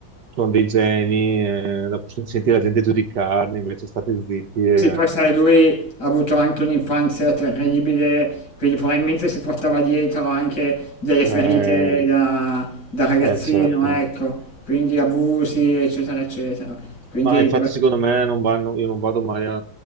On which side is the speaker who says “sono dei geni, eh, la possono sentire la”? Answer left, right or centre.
Right